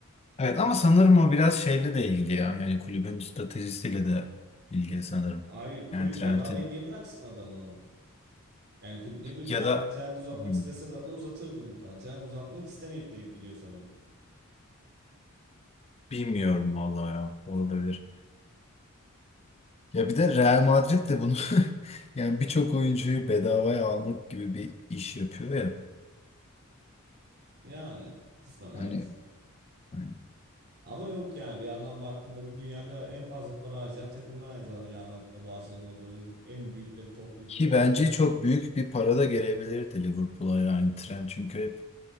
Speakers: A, on the left (about 30°); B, on the right (about 50°).
A: Evet ama sanırım o biraz şeyle de ilgili ya. Yani kulübün stratejisiyle de ilgili sanırım.
B: Ay kulüp
A: Yani Trent'in
B: bedavaya niye bıraksın adamı ama? Yani kulüp niye bir
A: ya
B: yani
A: da
B: Trent uzatmak
A: hmm,
B: istese zaten uzatırdı muhtemelen. Trent uzatmak istemeyip direkt gidiyor sanırım.
A: bilmiyorum vallahi ya olabilir. Ya bir de Real Madrid de bunu <laughs> yani birçok oyuncuyu bedavaya almak gibi bir iş yapıyor ya.
B: Yani kısmen
A: Hani
B: evet.
A: Yani
B: Ama yok yani bir yandan baktığında da dünya kadar en fazla para harcayan takımlar aynı zamanda Real Madrid'de Barcelona böyle en büyükleri toplayıp
A: Ki
B: böyle
A: bence
B: orada.
A: çok büyük bir para da gelebilirdi Liverpool'a yani Trent çünkü hep